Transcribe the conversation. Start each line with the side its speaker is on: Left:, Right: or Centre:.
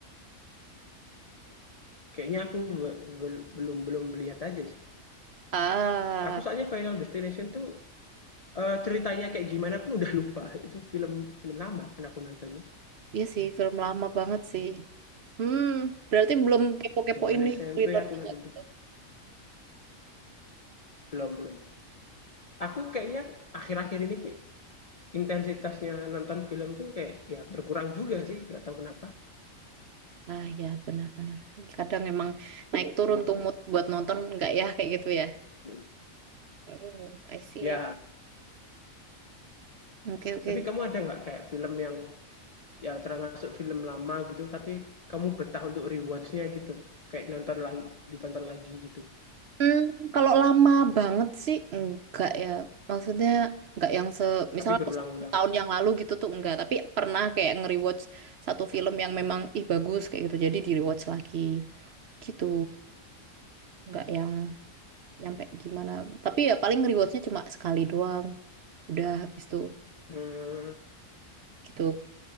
Left: kayaknya aku be- be- belum belum melihat aja sih
Right: Ah,
Left: aku soalnya Final Destination tuh Eee, ceritanya kayak gimana pun udah lupa, itu film film lama kan aku nontonnya,
Right: iya sih film lama banget sih. Hmm, berarti belum kepo-kepo
Left: jaman
Right: ini
Left: SMP
Right: thriller
Left: aku nonton
Right: gitu.
Left: tuh. Belum belum belum. Aku kayaknya akhir-akhir ini sih intensitasnya nonton film tuh kayak ya berkurang juga sih, nggak tahu kenapa.
Right: Ah ya benar-benar. Kadang emang naik turun tuh mood buat nonton nggak ya kayak gitu ya.
Left: Mhm.
Right: Hmm, I see.
Left: Ya,
Right: I see. Oke oke.
Left: tapi kamu ada nggak kayak film yang ya termasuk film lama gitu, tapi kamu betah untuk rewatch gitu? Kayak nonton lagi ditonton lagi gitu,
Right: Hmm, kalau lama banget sih enggak ya. Maksudnya enggak yang se misal
Left: tapi berulang-ulang?
Right: tahun yang lalu gitu tuh enggak, tapi pernah kayak nge-rewatch satu film yang memang ih bagus kayak gitu. Jadi di-rewatch lagi gitu. Enggak yang nyampe gimana. Tapi ya paling nge-rewatchnya cuma sekali doang. Udah habis tuh
Left: Mmm,
Right: gitu